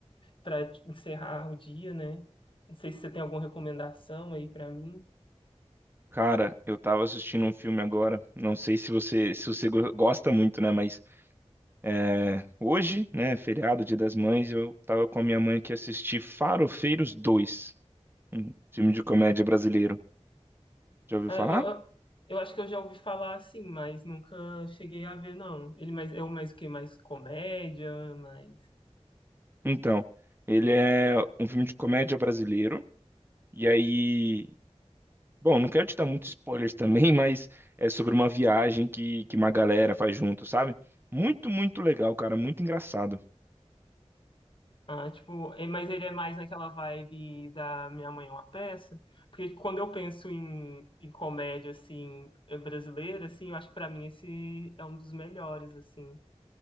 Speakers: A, on the left; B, on the right.
A: pra encerrar o dia, né? Não sei se você tem alguma recomendação aí pra mim.
B: Cara, eu tava assistindo um filme agora. Não sei se você se você go- gosta muito, né? Mas é, hoje, né, feriado, Dia das Mães, eu tava com a minha mãe que assisti Farofeiros dois, um filme de comédia brasileiro. Já ouviu
A: Ah,
B: falar?
A: eu, eu eu acho que eu já ouvi falar assim, mas nunca cheguei a ver, não. Ele mais, é o mais o quê? Mais comédia, mais.
B: Então, ele é um filme de comédia brasileiro. E aí Bom, não quero te dar muitos spoilers também, <laughs> mas é sobre uma viagem que, que uma galera faz junto, sabe? Muito, muito legal, cara, muito engraçado.
A: Ah, tipo, é- mas ele é mais naquela vibe da Minha Mãe é uma Peça, porque tipo, quando eu penso em, em comédia, assim, eh, brasileira, assim, eu acho que pra mim esse é um dos melhores, assim,